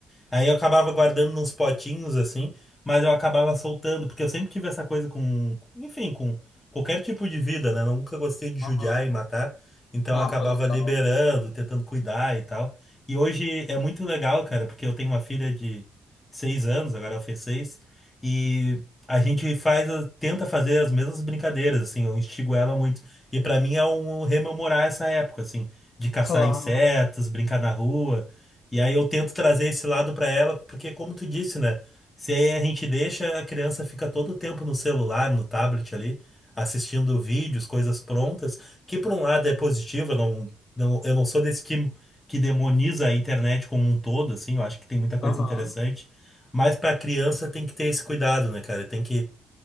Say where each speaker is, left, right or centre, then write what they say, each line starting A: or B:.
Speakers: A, on the left (about 25°); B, on the left (about 60°).
A: Aí eu acabava guardando nos potinhos assim, mas eu acabava soltando, porque eu sempre tive essa coisa com, enfim, com qualquer tipo de vida, né? Eu nunca gostei de
B: Aham.
A: judiar e matar, então
B: Ah,
A: eu acabava
B: pô, legal.
A: liberando, tentando cuidar e tal. E hoje é muito legal, cara, porque eu tenho uma filha de seis anos, agora ela fez seis, e a gente faz, tenta fazer as mesmas brincadeiras, assim, eu instigo ela muito. E pra mim é um rememorar essa época, assim, de caçar
B: Claro.
A: insetos, brincar na rua. E aí eu tento trazer esse lado para ela, porque como tu disse, né? Se a gente deixa, a criança fica todo o tempo no celular, no tablet ali, assistindo vídeos, coisas prontas, que por um lado é positivo, eu não, não- eu não sou desse que, que demoniza a internet como um todo, assim, eu acho que tem muita coisa
B: Aham.
A: interessante, mas para a criança tem que ter esse cuidado, né, cara? Tem que,